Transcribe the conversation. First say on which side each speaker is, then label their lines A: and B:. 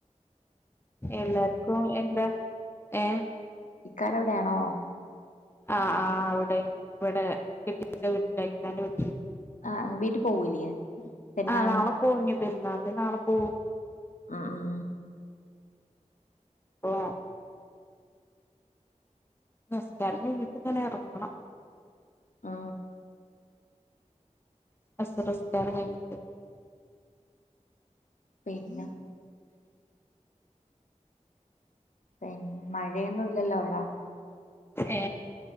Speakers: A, on the left; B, on the left.
A: എല്ലാർക്കും എന്താ? ഏ?
B: ഇക്കാടെവിടയാണോ?
A: ആ ആ അവിടെ ഇവിടെ കെട്ടിച്ച വീട്ടില് ഇക്കാന്റെ വീട്ടിൽ.
B: അ വീട്ടി പോവൂലേ? പെരുന്നാളിന്
A: ആ നാളെ പോകും പെരുന്നാളിന് നാളെ പോവും.
B: ആ ആ
A: ഓ നിസ്കാരം കഴിഞ്ഞിട്ട് ഇങ്ങനെ എറങ്ങണം
B: ആ
A: അസർ നിസ്കാരം കഴിഞ്ഞിട്ട്
B: പിന്നെ പിന്നെ മഴയൊന്നും ഇല്ലല്ലോ അവിടാ
A: ഏ